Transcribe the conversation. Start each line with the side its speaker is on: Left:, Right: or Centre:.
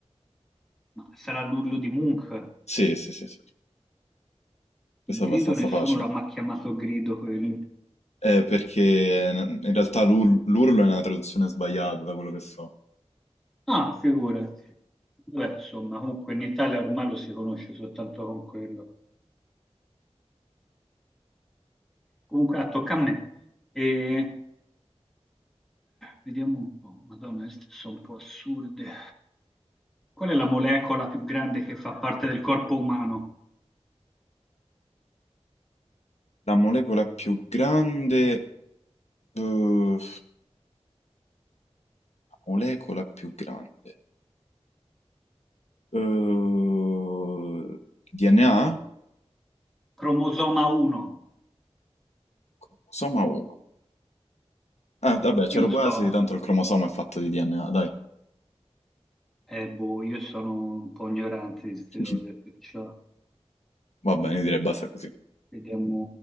Centre: Ma sarà l'urlo di Munch.
Left: Sì, sì, sì, sì. Questo
Centre: Il
Left: è
Centre: grido,
Left: abbastanza
Centre: nessuno
Left: facile.
Centre: l'ha mai chiamato grido quello.
Left: Eh, perché eh, in realtà l'ur- l'urlo è una traduzione sbagliata da quello che so.
Centre: Ah, figurati. Beh, insomma, comunque in Italia ormai lo si conosce soltanto con quello. Comunque, ah, tocca a me. E vediamo un po'. Madonna, queste sono un po' assurde. Qual è la molecola più grande che fa parte del corpo umano?
Left: La molecola più grande... eh, molecola più grande... eh, DNA?
Centre: Cromosoma 1.
Left: Cromosoma 1. Eh, vabbè, c'ero
Centre: Io non
Left: quasi,
Centre: so,
Left: tanto il cromosoma è fatto di DNA, dai.
Centre: eh, boh, io sono un po' ignorante di queste
Left: <laughs>
Centre: cose, perciò
Left: Va bene, io direi basta così.
Centre: vediamo.